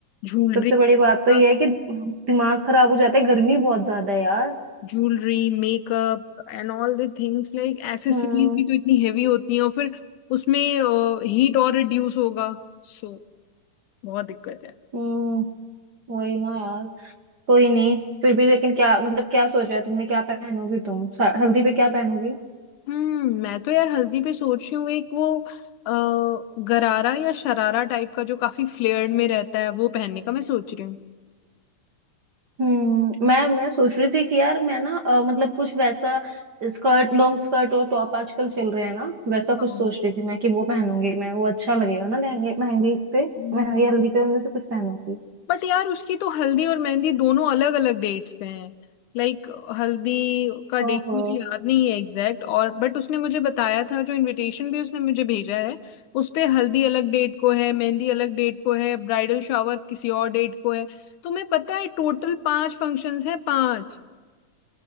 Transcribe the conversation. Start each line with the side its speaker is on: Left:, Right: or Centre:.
Left: Jewellery
Right: सबसे बड़ी
Left: makeup
Right: बात तो यह है कि दिमाग खराब हो जाता है गर्मी बहुत ज्यादा है यार
Left: Jewellery makeup and all the things Like accessories
Right: हम्म
Left: भी तो इतनी हेवी होती हैं और फिर उसमें हीट और रिड्यूस होगा सो बहुत दिक्कत है
Right: हम्म, वही ना यार कोई नहीं फिर भी लेकिन क्या मतलब क्या सोचा है तुमने क्या पहनोगी तुम सा- हल्दी पे क्या पहनोगी
Left: हम्म मैं तो यार हल्दी पे सोच रही हूँ एक वो अ, गरारा या शरारा टाइप का जो काफी फ्लेयर्ड में रहता है वो पहनने का मैं सोच रही हूँ
Right: हम्म मैं मैं सोच रही थी कि यार मैं ना अ, मतलब कुछ वैसा स्कर्ट लॉन्ग स्कर्ट और टॉप आजकल चल रहे हैं ना वैसा
Left: हाँ।
Right: कुछ सोच रही थी मैं कि वो पहनूंगी मैं वो अच्छा लगेगा ना लहंगे मेहंदी पे
Left: हम्म।
Right: मेहंदी हल्दी पे उनमें से कुछ पहनूंगी
Left: बट यार उसकी तो हल्दी और मेहंदी दोनों अलग अलग डेट्स पे हैं लाइक हल्दी का
Right: ओहो
Left: डेट मुझे याद नहीं है एग्जैक्ट और बट उसने मुझे बताया था जो इनविटेशन भी उसने मुझे भेजा है उस पे हल्दी अलग डेट को है मेहंदी अलग डेट को है ब्राइडल शावर किसी और डेट को है तो मैं पता है टोटल पांच फंक्शंस हैं पांच